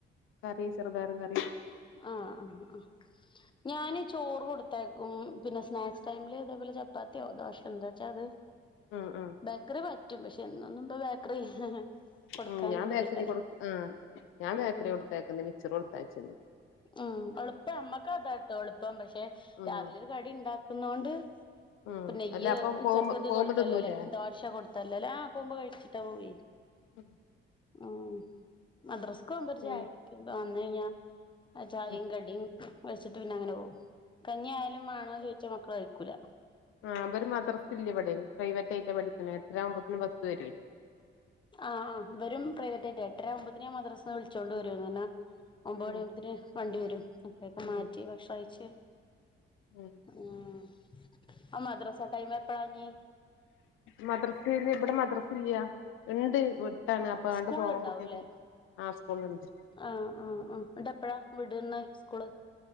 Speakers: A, on the left (about 90°); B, on the left (about 25°).
A: കറി ചെറ്പയറും കറി
B: ആഹ് ആഹ് ആഹ് ഞാനി ചോറ് കൊട്ത്തയക്കും പിന്നെ സ്നാക്സ് ടൈമില് അതേപോലെ ചപ്പാത്ത്യോ ദോശ എന്താച്ചാ അത്
A: ഉം ഉം
B: ബേക്കറി പറ്റും പക്ഷെ എന്നൊന്നും ഇപ്പം ബേക്കറി കൊടുക്കാനൊരു
A: ഉം ഞാൻ ബേക്കറി
B: ബുദ്ധിമുട്ടല്ലേ
A: കൊട് ആഹ് ഞാൻ ബേക്കറി
B: ഉം
A: കൊട്ത്തയക്ക്ന്ന് മിച്ചറ് കൊട്ത്തയച്ച്ണ്ട്
B: ഉം എളുപ്പം നമ്മക്ക് അതാട്ടോ എളുപ്പം പക്ഷെ
A: ഉം
B: രാവിലെ ഒരു കടി ഇണ്ടാക്ക്ന്നൊണ്ട്
A: ഉം
B: പ്പം ഇയ്യ്
A: അല്ല അപ്പം
B: ഉച്ചക്ക്
A: പോവുമ്പം
B: ഇത്
A: പോവുമ്പം
B: കൊട്ത്തല്ലോലേ
A: തിന്നൂലേ
B: ദോശ കൊടുത്തല്ലോലേ ആഹ് പോവ്മ്പോ കഴിച്ചിട്ടാ പോവേ
A: ഉം
B: ഉം മദ്രസ്ക്ക് പോവുമ്പൊര്
A: പിന്നെ
B: ചായ കുടിക്കും വെന്നഴിഞ്ഞാ ആ ചായീം
A: ഉം
B: കടിം കഴിച്ചിട്ട് പിന്നെ അങ്ങനെ പോകും കഞ്ഞി ആയാലും മാണോ ചോയിച്ചാ മക്കള് കഴിക്കൂല
A: ആഹ് ഇവര് മദ്രസ ഇല്ല ഇവിടെ പ്രൈവറ്റായിട്ടാ പഠിക്ക്ണ എട്ടരാവുമ്പോത്തിന് ബസ് വെരും
B: ആഹ് ആഹ് ഇവരും പ്രൈവറ്റായിട്ടാ എട്ടരാവുമ്പോത്തിന് ഞാൻ മദ്രാസ്ന്ന് വിളിച്ചോണ്ട് വരും കാരണം ഒമ്പത്
A: ഉം
B: മണിയാവുമ്പോത്തിന് വണ്ടി വരും അപ്പഴേക്കും
A: ഉം
B: മാറ്റി ഭക്ഷണം കഴിച്ച്
A: ഉം
B: ഉം ആ മദ്രസ ടൈമ് എപ്പളാഞ്ഞ്
A: മദ്രസില് ഇവിടെ മദ്രസ ഇല്ല ഇണ്ട് വി ട്ടാണ് അപ്പാണ്ട്
B: സ്കൂളിൽ
A: പോവാൻ
B: ഉണ്ടാവൂല്ലേ
A: കുട്ട്യേള്ക്ക് ആഹ് സ്കൂള്ല്ണ്ട്
B: ആഹ് ആഹ് ആഹ് ഇന്നെട്ട് എപ്പഴാ വിടുന്ന സ്കൂള്